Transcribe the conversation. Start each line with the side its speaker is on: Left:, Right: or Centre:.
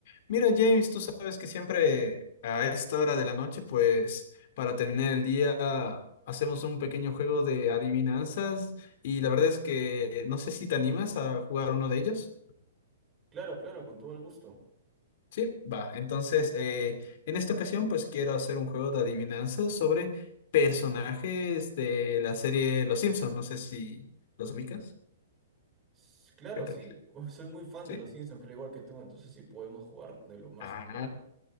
Left: Mira, James, tú sabes que siempre a esta hora de la noche, pues para terminar el día, hacemos un pequeño juego de adivinanzas y la verdad es que no sé si te animas a jugar uno de ellos.
Right: Claro, claro, con todo el gusto.
Left: Sí, va. Entonces, eh, en esta ocasión, pues quiero hacer un juego de adivinanzas sobre personajes de la serie Los Simpson. No sé si los ubicas.
Right: S- Claro,
Left: ¿Qué tal?
Right: sí, <laughs> soy muy fan
Left: Sí.
Right: de los Simpsons, creo igual que tú, entonces sí podemos jugar de lo más
Left: Ah,
Right: normal.